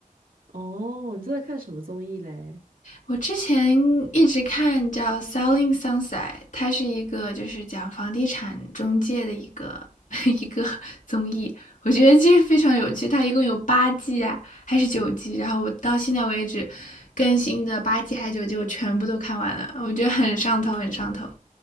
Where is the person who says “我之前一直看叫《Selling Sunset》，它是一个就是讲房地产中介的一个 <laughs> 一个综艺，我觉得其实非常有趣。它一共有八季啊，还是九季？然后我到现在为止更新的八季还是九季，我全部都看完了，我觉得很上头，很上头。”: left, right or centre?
Left